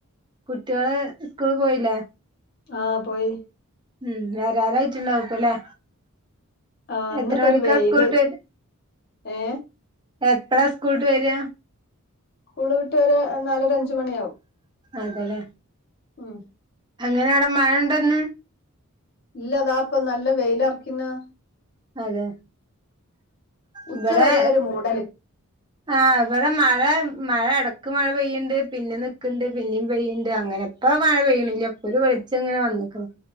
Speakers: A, on the right; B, on the left.
A: കുട്ടികള് സ്കൂളി പോയില്ലേ
B: ആഹ് പോയി
A: ഉം വെരാറായിട്ടുണ്ടാവുപ്പോ അല്ലേ
B: ആ
A: എത്ര
B: ഇന്നിപ്പോ
A: മണിക്കാ
B: ഒരു വെയില്
A: സ്കൂള്ട്ട് വരാ
B: ഏ
A: എപ്പഴാ സ്കൂള്ട്ട് വരിക
B: സ്കൂൾ വിട്ട് വരാ നാലര അഞ്ച് മണിയാവും
A: അതല്ലേ
B: ഉം
A: അങ്ങനെയെ അവിടെ മഴണ്ടന്ന്
B: ഇല്ല താ ഇപ്പൊ നല്ല വെയില് ഉറക്കുന്ന്
A: അതെ
B: ഉച്ചവരെ
A: ഇവിടെ
B: ഒരു <inaudible>
A: ആഹ് ഇവിടെ മഴ മഴ ഇടക്ക് മഴ പെയ്യണ്ട് പിന്നെ നിക്കണ്ട് പിന്നേം പെയ്യണ്ട് അങ്ങനെ ഇപ്പൊ മഴ പെയ്യണില്ല ഇപ്പൊ ഒരു വെളിച്ച ഇങ്ങനെ വന്ന്ക്ക്ണ്